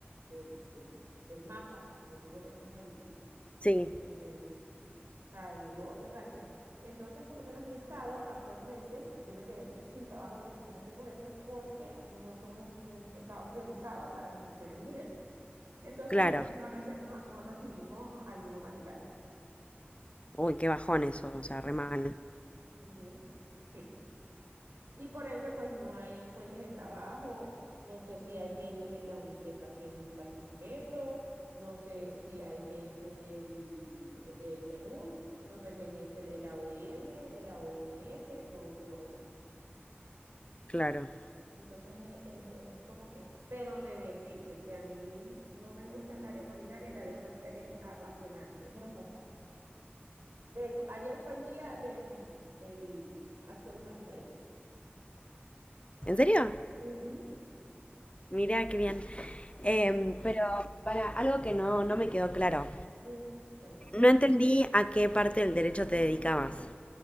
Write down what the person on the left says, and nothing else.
sí,
claro.
Uy, qué bajón eso, o sea, re mal.
Claro.
¿En serio?
Mira, qué bien.
Em, pero para algo que no, no me quedó claro.
No entendí a qué parte del derecho te dedicabas.